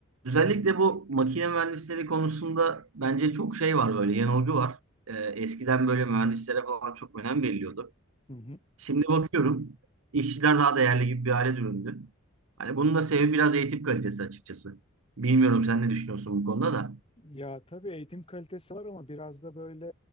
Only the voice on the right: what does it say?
Özellikle bu makine mühendisleri konusunda bence çok şey var böyle yanılgı var. Ee, eskiden böyle mühendislere falan çok önem veriliyordu.
Şimdi bakıyorum işçiler daha değerli gibi bir hale dönüldü. Hani bunun da sebebi biraz eğitim kalitesi açıkçası. Bilmiyorum sen ne düşünüyorsun bu konuda da.